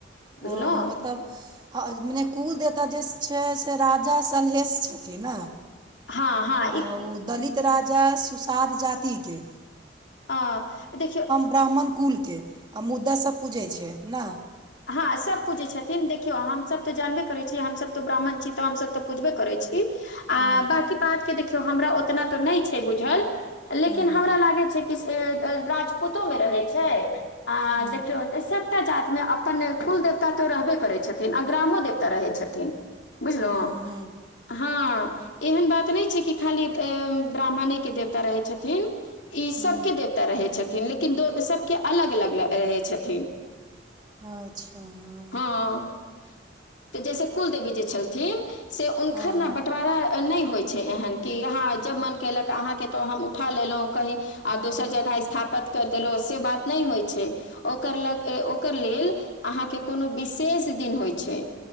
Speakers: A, on the left; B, on the right.
A: बुझलहुँ
B: ओ मतलब हाँ मने कुल देेवता जे छै से राजा सलहेश छथिन नै
A: हाँ हाँ
B: आ ओ दलित राजा सुसाद जाति के
A: आ देखियौ
B: ब्राह्मण कुल के आ मुद्दा सब पूजै छै नै
A: हाँ सभ पूजै छथिन देखियौ हम सभ तऽ जानबे करै छीयै हमसभ तऽ ब्राह्मण छी तऽ हम सभ तऽ पूजबे करै छी आ
B: हूँ
A: बाकी बात के देखियौ हमरा ओतना तऽ नहि छै बुझल लेकिन
B: हूँ हूँ
A: हमरा लागै छै कि से राजपूतो मे रहै छै आ
B: छै हूँ
A: देखियौ सबटा जात मे अपन अपन कुल देवता तऽ रहबे करै छथिन आ ग्रामो देवता रहै छथिन बुझलहुँ
B: हूँ हूँ
A: हाँ एहन बात नहि छै कि खाली ब्राह्मणे के देवता रहै छथिन ई
B: हूँ
A: सब के देवता तऽ रहै छथिन लेकिन दो सबके अलग अलग रहै छथिन
B: अच्छा हं
A: हं तऽ जैसे कुलदेवी जे छलथिन से हुनखर
B: हँ
A: ने बँटवारा नहि होई छै एहन कि अहाँ जब मन कयलक अहाँ के तऽ हम उठा लेलहुँ कहीँ आ दोसर जगह स्थापत करि देलहुँ से बात नहि होई छै ओकर लग ओकर लेल अहाँ के कोनो विशेष दिन होई छै